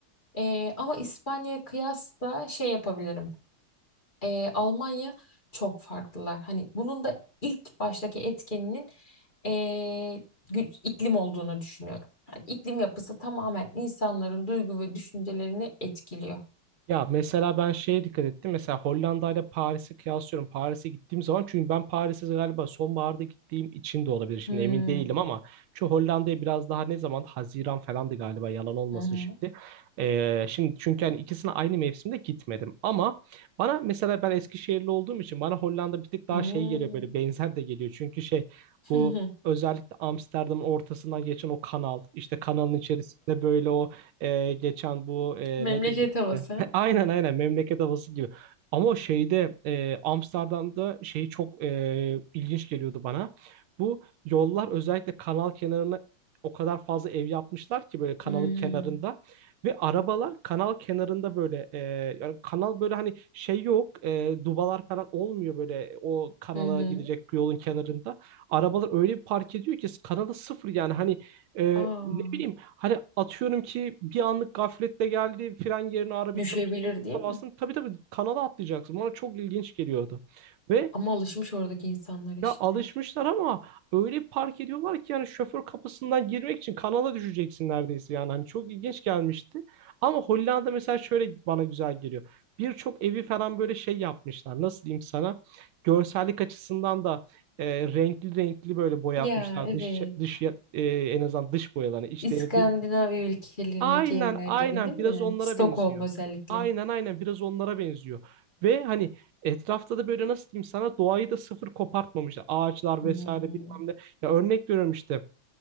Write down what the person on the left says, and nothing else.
Ee, ama İspanya'ya kıyasla şey yapabilirim e, Almanya çok farklılar. Hani bunun da ilk baştaki etkeninin e, gü- iklim olduğunu düşünüyorum. Yani iklim yapısı tamamen insanların duygu ve düşüncelerini etkiliyor.
Hmm.
Hı hı.
Hmm.
<laughs>
Memleket
havası.
Hmm.
Hı hı.
Aa,
düşebilir
değil
mi?
Ama alışmış oradaki insanlar işte.
Ya evet.
İskandinav
ülkelerindeki
evler
gibi değil mi?
Stockholm
özellikle.
Hmm.